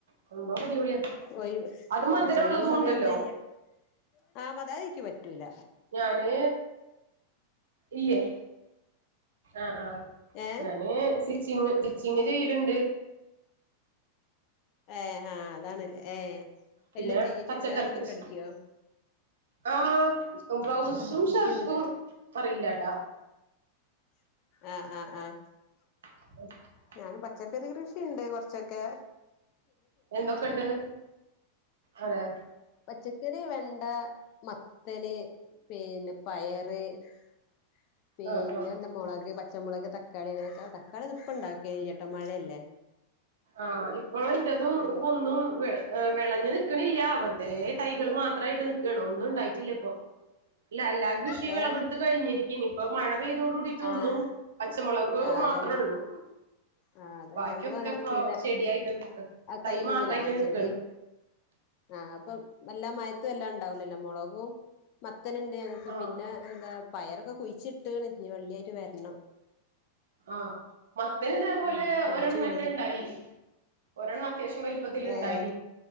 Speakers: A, on the right (about 70°); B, on the left (about 45°).
A: സംഭവം അടിപൊളിയാ
B: ഒഴിവ്
A: അത് മധുരം
B: ആഹ് ഒഴിവ്
A: ഉള്ളതും
B: സമയം
A: ഉണ്ടല്ലോ
B: എന്തായ്യ ആഹ് <unintelligible> ക്ക് പറ്റൂല
A: ഞാന് ഇല്ലേ ആഹ് ആഹ്
B: ഏഹ്
A: ഞാന് സ്റ്റിച്ചിങ് സ്റ്റിച്ചിങ് ചെയ്ലുണ്ട്
B: ഏഹ് ആഹ് അതാണല്ലേ ഏ
A: പിന്നെ
B: എല്ലാം ചെയ്യോ
A: പച്ചക്കറി
B: ചുരിദാർ ഇതൊക്കെ
A: കൃഷി
B: അടിക്ക്യേ
A: ആഹ് ബ്ലൗസും
B: അത് എനിക്കുണ്ട്
A: ഷർട്ടും അറിയില്ലട്ടാ
B: ആഹ് ആഹ് ആഹ്
A: <unintelligible>
B: ഞാൻ പച്ചക്കറി കൃഷിയുണ്ട് കുറച്ചൊക്കെ
A: എന്തൊക്കെണ്ട് അതെ
B: പച്ചക്കറി വെണ്ട മത്തന് പിന്നെ പയറ് <unintelligible> പിന്നെ
A: ആഹ് ആഹ്
B: എന്താ മുളക് പച്ചമുളക് തക്കാളി ഇങ്ങനെ തക്കാളിയൊന്നും ഇപ്പം ഇണ്ടാക്കലില്ല ട്ടോ മഴയല്ലേ
A: ആഹ് ഇപ്പോഴും എന്റെതും
B: അപ്പൊ
A: ഇപ്പൊന്നും വെ ഏഹ് വെളഞ്ഞ് നിക്കണില്ല വെറുതേ തൈകള് മാത്രാമായിട്ട് നിൽക്കാണ് ഒന്നും ഉണ്ടായിട്ടില്ല ഇപ്പൊ അല്ല എല്ലാം കൃഷി
B: വേ
A: വിളവെടുത്തു കഴിഞ്ഞിരിക്കാ ഇനി ഇപ്പ മഴ പെയ്തതോടു കൂടിയിട്ട്
B: ആഹ്
A: ഒന്നും പച്ചമുളക്
B: ആഹ്
A: മാത്രേ
B: അതന്നെ
A: ഉള്ളൂ
B: ആഹ് അതന്നെ
A: ബാക്കിയൊക്കെ
B: നമ്മള്
A: ഇപ്പൊ
B: പിന്നെ
A: ചെടിയായിട്ട് നിക്ക തൈ
B: കയ്യൂല
A: മാത്രയിട്ട്നിക്കാണ്
B: ആ ചെടി ആഹ് അപ്പൊ എല്ലാ മയത്തും എല്ലാം ഉണ്ടാവിലല്ലോ മുളകും മത്തനുണ്ട് ഞങ്ങക്ക്
A: ആഹ്
B: പിന്നെ എന്താ പയറൊക്കെ കുഴിച്ചിട്ട്ണ് ഇനി വള്ളിയായിട്ട് വരണം
A: ആഹ് മത്തന് ഇതേപോലെ
B: ഉം മുളച്ചു
A: ഒരെണ്ണം
B: പൊന്തിട്ട്
A: ഒക്കെ ഉണ്ടായി ഒരെണ്ണം അത്യാവശ്യം വലി ത്തിലുണ്ടായി
B: ഏഹ്